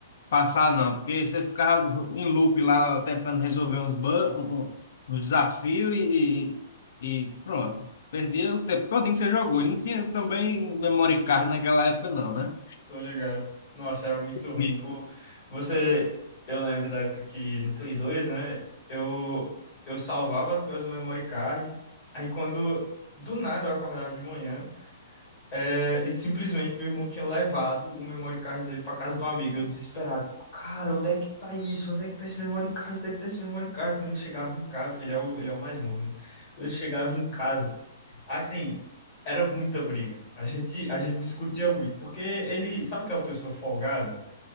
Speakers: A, on the left; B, on the left.
A: Passar não, porque você ficava em loop lá tentando resolver uns, ban- um- um, uns desafios e, e, e pronto. Perdia o tempo todinho que você jogou. E não tinha também memory card naquela época, não, né?
B: tô ligado. Nossa, era muito ruim.
A: Isso.
B: O- Você, eu lembro da época que no Play 2, né? Eu, eu salvava as coisas no memory card. Aí quando, do nada, eu acordava de manhã. É, e simplesmente meu irmão tinha levado o memory card dele pra casa do amigo. Eu desesperado. Cara, onde é que tá isso? Onde é que tá esse memory card? Onde é que tá esse memory card? Quando ele chegava em casa, ele é o, ele é o mais novo, né? Quando ele chegava em casa, assim, era muita briga. A gente, a gente discutia muito, porque ele, sabe aquela pessoa folgada?